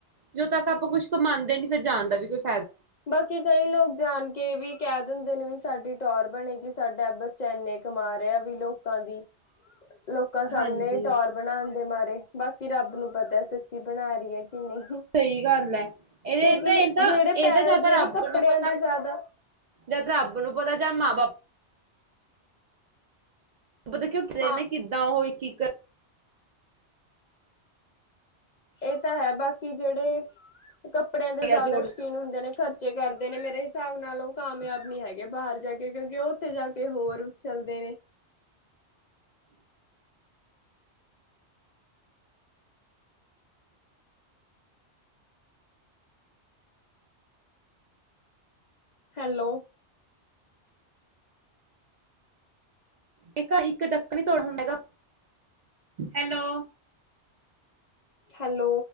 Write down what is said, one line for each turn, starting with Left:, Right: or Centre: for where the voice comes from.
Right: ਜਦੋਂ ਤੱਕ ਆਪਾਂ ਕੁੱਛ ਕਮਾਉਂਦੇ ਨੀ ਫਿਰ ਜਾਣਦਾ ਵੀ ਕੁਛ
Left: ਬਾਕੀ ਕਈ ਲੋਕ ਜਾਣ ਕੇ ਵੀ ਕਹਿ ਦਿੰਦੇ ਨੇ ਵੀ। ਸਾਡੀ ਟੋਰ ਬਣੇਗੀ ਸਾਡਾ ਬੱਚਾ ਇੰਨੇ ਕਮਾ ਰਿਹਾ ਵੀ ਲੋਕਾਂ ਦੀ ਲੋਕਾਂ ਸਾਹਮਣੇ
Right: ਹਾਂਜੀ
Left: ਟਰ ਬਣਾਉਣ ਦੇ ਮਾਰੇ ਬਾਕੀ ਰੱਬ ਨੂੰ ਪਤਾ ਸੱਚੀ ਬਣਾ ਰਹੀ ਹੈ। ਕਿ ਨਹੀਂ
Right: ਸਹੀ ਗੱਲ ਹੈ ਇਹਦੇ
Left: ਕਿਉਂਕਿ
Right: ਤਾਂ ਇਹਦਾ
Left: ਜਿਹੜੇ
Right: ਇਹ
Left: ਪੈ
Right: ਜਾ
Left: ਜਿਹੜੇ
Right: ਤਾਂ ਰੱਬ
Left: ਕੱਪੜਿਆਂ
Right: ਨੂੰ ਪਤਾ
Left: ਦੇ ਜ਼ਿਆਦਾ
Right: ਜਾਂ ਤਾਂ ਰੱਬ ਨੂੰ ਪਤਾ ਜਾਂ ਮਾਂ ਬਾਪ ਨੂੰ ਪਤਾ ਕਿਉਂ
Left: ਹਾਂ
Right: ਨੇ ਕਿੱਦਾਂ ਹੋਏ ਇਕ ਇਕ
Left: ਇਹ ਤਾਂ ਹੈ ਬਾਕੀ ਜਿਹੜੇ ਕੱਪੜਿਆਂ
Right: ਰੁਪਇਆ
Left: ਦੇ ਜ਼ਿਆਦਾ
Right: ਜੋੜ
Left: ਸ਼ੌਕੀਨ ਹੁੰਦੇ ਨੇ ਖਰਚੇ ਕਰਦੇ ਨੇ ਮੇਰੇ ਹਿਸਾਬ ਨਾਲ ਉਹ ਕਾਮਯਾਬ ਨੀ ਹੈਗੇ ਬਾਹਰ ਜਾ ਕੇ ਕਿਉਂਕਿ ਉਹ ਉੱਥੇ ਜਾ ਕੇ ਹੋਰ ਚੱਲਦੇ ਨੇ
Right: <inaudible>
Left: ਹੈਲੋ।
Right: ਇੱਕ ਇੱਕ ਡੱਕ ਨੀ ਤੋੜ ਹੁੰਦਾ ਹੈਗਾ ਹੈਲੋ
Left: ਹੈਲੋ